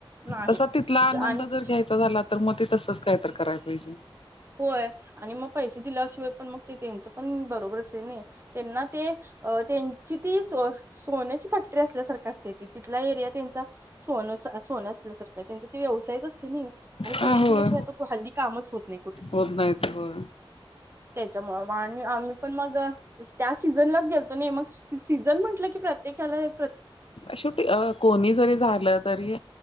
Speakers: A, on the right; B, on the left.
A: नाही
B: तसा तिथला
A: च-
B: आनंद
A: आणि ते
B: जर घ्यायचा झाला तर मग ते तसंच काय तर कराय पाहिजे.
A: होय आणि मग पैसे दिल्याशिवाय पण मग ते त्यांचं पण बरोबरच हाय नाही. त्यांना ते अ त्यांची ती सो-सोन्याची फॅक्टरी असल्यासारखं असतंय ते तिथला एरिया त्यांचा सोनंच सोनं असल्यासारखं त्यांचा ते व्यवसायच असतंय नाही. आणि
B: हा
A: पैसे
B: होय
A: दिल्याशिवाय आ हल्दी कामच होत नाही.
B: होत नाहीतर बघ.
A: त्याच्यामुळं आणि आम्ही पण मग त्या सीझनलाच गेलतो नाही, मग सीझन म्हटलं की प्रत्येकाला हे
B: शेवटी अ कोणी जरी झालं तरी